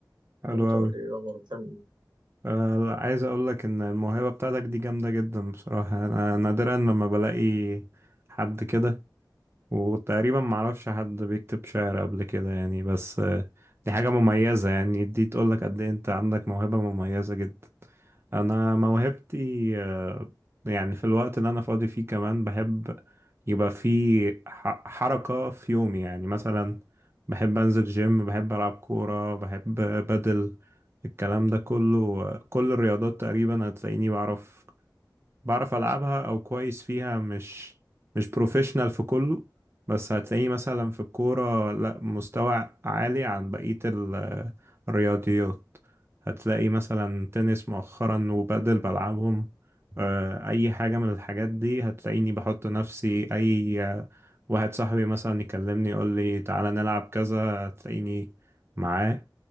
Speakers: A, on the right; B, on the right.
A: حلو
B: وانت
A: قوي
B: قول لي ايه الاخبار بتعمل ايه
A: آه عايز اقول لك ان الموهبه بتاعتك دي جامده جدا بصراحه انا نادرا لما بلاقي حد كده وتقريبا معرفش حد بيكتب شعر قبل كده يعني بس آه، دي حاجة مميزة يعني دي تقولك قد ايه انت عندك موهبة مميزة جدا انا موهبتي آه، يعني في الوقت اللي انا فاضي فيه كمان بحب يبقى في ح- حركة في يومي يعني مثلا بحب انزل جيم بحب العب كورة بحب بدل الكلام ده كله كل الرياضات تقريبا هتلاقيني بعرف بعرف ألعبها أو كويس فيها مش مش بروفيشنال في كله بس هتلاقيه مثلا في الكورة لا مستوى عالي عن بقية ال- الرياضيات هتلاقي مثلا تنس مؤخرا وبادل بلعبهم آه، أي حاجة من الحاجات دي هتلاقيني بحط نفسي أي آه، واحد صاحبي مثلا يكلمني يقول لي تعالى نلعب كذا هتلاقيني معاه